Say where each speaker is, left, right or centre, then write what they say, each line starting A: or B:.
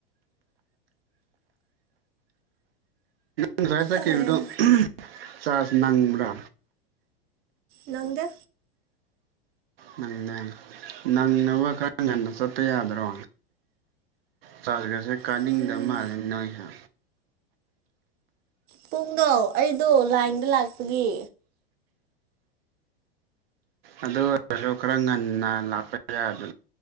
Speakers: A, on the right; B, on the right.
A: ꯅꯪ ꯁꯋꯥꯏ ꯆꯠꯈꯤꯕꯗꯣ
B: ꯑꯩ
A: ꯆꯥꯔꯖ ꯅꯪꯕ꯭ꯔꯥ
B: ꯅꯪꯗ
A: ꯅꯪꯅꯦ ꯅꯪꯅꯕ ꯈꯔ ꯉꯟꯅ ꯆꯠꯄ ꯌꯥꯗꯔꯣ ꯆꯥꯔꯖꯒꯔꯁꯦ ꯀꯥꯅꯤꯡꯗꯕ
B: ꯎꯝ
A: ꯃꯥꯜꯜꯂꯤꯦ ꯅꯣꯏꯍ
B: ꯄꯨꯡꯗꯧ ꯑꯩꯗꯣ ꯂꯥꯏꯟꯗ ꯂꯥꯛꯄꯒꯤ
A: ꯑꯗꯨ ꯑꯣꯏꯔꯁꯨ ꯈꯔ ꯉꯟꯅ ꯂꯥꯛꯄ ꯌꯥꯗ